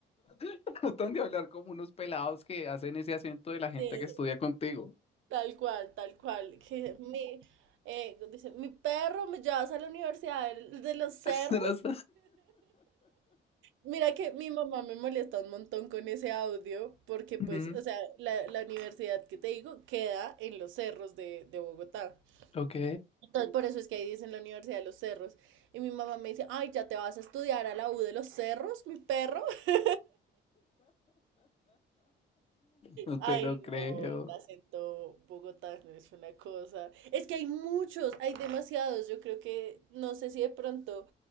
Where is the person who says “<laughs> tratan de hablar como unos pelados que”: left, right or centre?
Left